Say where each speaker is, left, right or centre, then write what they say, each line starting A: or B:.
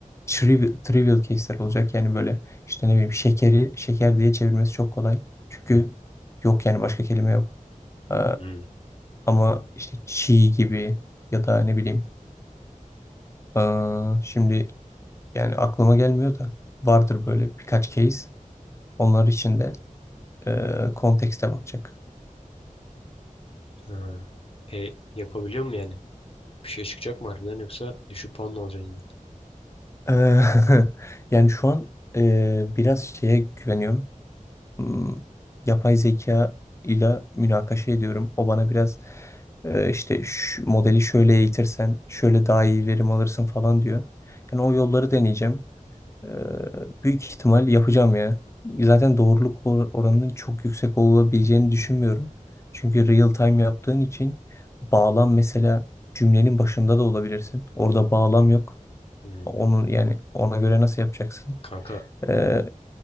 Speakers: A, on the left; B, on the left.
A: trivial, trivial case'ler olacak. Yani böyle işte ne bileyim şekeri şeker diye çevirmesi çok kolay. Çünkü yok yani başka kelime yok. E,
B: Hmm.
A: ama işte çiğ gibi ya da ne bileyim e, şimdi yani aklıma gelmiyor da vardır böyle birkaç case. Onlar için de e, kontekste bakacak.
B: Ha. E, yapabiliyor mu yani? Bir şey çıkacak mı harbiden yoksa düşük puan mı alacaksın yine?
A: E, <laughs> yani şu an e, biraz şeye güveniyorum. hmm, yapay zeka ile münakaşa ediyorum. O bana biraz e, işte şu modeli şöyle eğitirsen şöyle daha iyi verim alırsın falan diyor. Yani o yolları deneyeceğim. E, büyük ihtimal yapacağım ya. Zaten doğruluk or- oranının çok yüksek olabileceğini düşünmüyorum. Çünkü real time yaptığın için bağlam mesela cümlenin başında da olabilirsin. Orada bağlam yok.
B: Hmm.
A: Onun yani ona göre nasıl yapacaksın?
B: Kanka,
A: E,